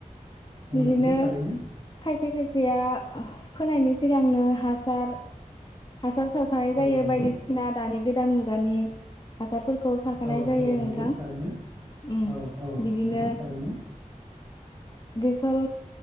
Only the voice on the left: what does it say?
बिदिनो
खायसे खायसेया ओ फोनायनि सिगांनो हासार हासार सारखानाय जायो
बायदिसिना दानि गोदान मुग <unintelligible> हासारफोरखौ सारखानाय
जायो
नोंथां
उम
बिदिनो
बेसर